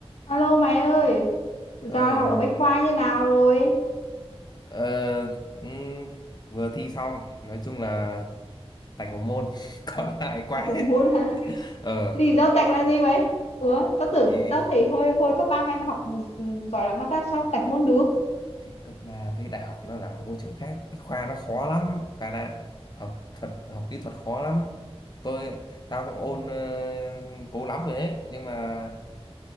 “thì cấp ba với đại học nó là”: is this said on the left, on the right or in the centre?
Left